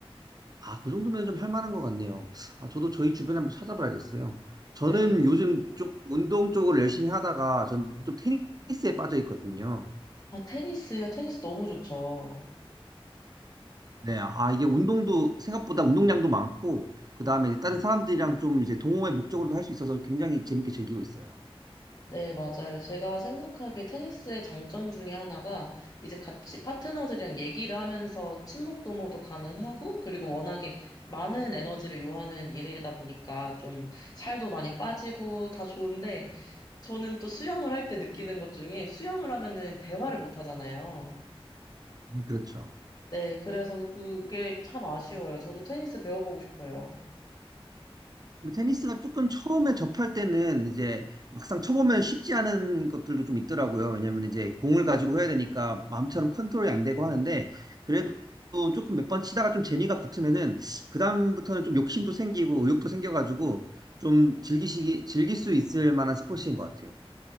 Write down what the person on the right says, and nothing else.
아, 그 정도면 좀 할 만한 것 같네요. 아, 저도 저희 주변에 한번 찾아봐야겠어요. 저는
요즘 좀 운동 쪽으로 열심히 하다가 저는 좀 테니스에 빠져 있거든요.
네, 아, 이게 운동도 생각보다 운동량도 많고, 그 다음에 다른 사람들이랑 좀 이제 동호회 목적으로도 할 수 있어서 굉장히 재밌게 즐기고 있어요.
음, 그렇죠.
뭐 테니스가 조금 처음에 접할 때는 이제 막상 쳐보면 쉽지 않은 것들도 좀 있더라고요. 왜냐면 이제 공을 가지고 해야 되니까 마음처럼 컨트롤이 안 되고 하는데, 그래도 조금 몇 번 치다가 좀 재미가 붙으면은, 그다음부터는 좀 욕심도 생기고 의욕도 생겨가지고, 좀 즐기시기, 즐길 수 있을 만한 스포츠인 것 같아요.